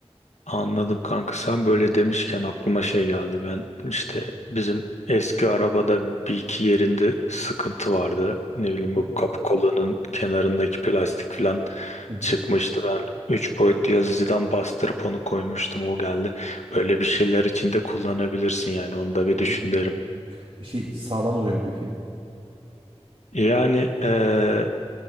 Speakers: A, on the left; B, on the right.
A: Anladım kanka sen böyle demişken aklıma şey geldi ben işte bizim eski arabada bir iki yerinde sıkıntı vardı. Ne bileyim
B: Hı hı.
A: bu kapı kolunun kenarındaki plastik falan
B: Hı hı.
A: çıkmıştı. Ben 3 boyutlu yazıcıdan bastırıp onu koymuştum. O geldi. Böyle bir şeyler içinde kullanabilirsin yani onu da bir
B: Hmm.
A: düşün derim.
B: Şey sağlam oluyor mu peki?
A: Yani eee,